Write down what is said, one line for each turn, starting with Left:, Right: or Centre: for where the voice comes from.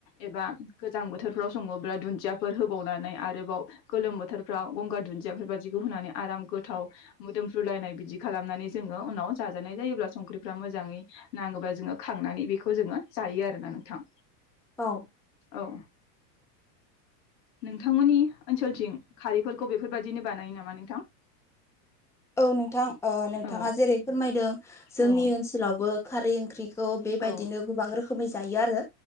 Left: एबा गोजां बोथोरफ्राव सङोब्ला दुन्दियाफोर होबाव नानै आरोबाव गोलोम बोथोरफ्राव गंगार दुन्दिया बेबादिखौ होननै आराम गोथाव मोदोमफ्रुलायनाय बिदि खालामनानै जोङो उनाव जाजानाय जायोब्ला संख्रिफ्रा मोजाङै नाङोब्ला जोङो खांनानै बेखौ जोङो जायो आरोना नोंथां
Centre: औ
Left: औ। नोंथांमोननि ओनसोलथिं खारैफोरखौ बेफोरबायाददिनो बानायो नामा नोंथां।
Centre: औ नोंथां नोंथाङा
Left: औ
Centre: जेरै फोरमायदों जोंनि
Left: औ
Centre: ओनसोलावबो खारै ओंख्रि खौ बेबायदिनो
Left: औ
Centre: गोबां रोखोमै जायो आरो